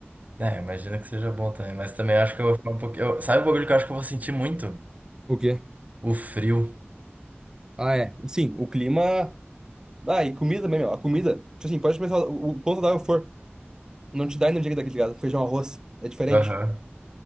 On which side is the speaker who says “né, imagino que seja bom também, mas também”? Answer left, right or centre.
Right